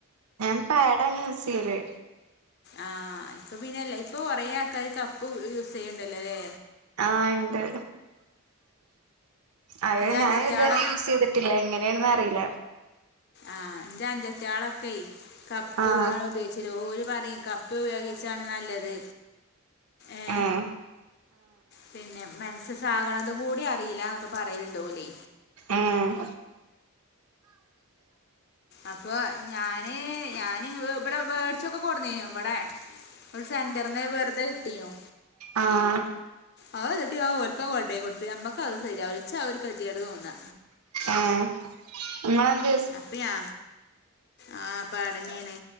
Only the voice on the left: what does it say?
ആഹ ഇപ്പൊ പിന്നെല്ല ഇപ്പൊ കൊറേ ആൾക്കാർ കപ് പ് യൂസ് ചെയ്യണ്ടല്ലോല്ലേ
അഞ്ചറ്റാളെ
ആഹ എന്റെ അഞ്ചതികളൊക്കെ കപ്പ്
ആണ് ഉപയ ശരി ഓര് പറയും കപ്പ ഉപയോഗിച്ചാണ് നല്ലത് ഏ
പിന്നെ മനസ്സസാകണത കൂടി അറിയില്ല എന്നൊക്കെ പറയലുണ്ട് ഓല്
അപ്പൊ ഞാന് ഞാന് ഇവിടെ വേടിച്ചൊക്കെ കൊടന്നഞ്ഞു ഇവിടെ ഒരു സെന്റർനെ വെറുതെ കിട്ടിയോ
അത എന്നിട്ട് ഞാൻ ഓൽക്കാ കൊണ്ടോയി കൊടുത്ത് നമ്മക്കത് ശരിയാവൂല ച്ച് അത് ഒരു കെതിയെട് തോന്നാ
അപ്പ്യാ ആഹ് അപ്പഅടഞ്ഞീണ്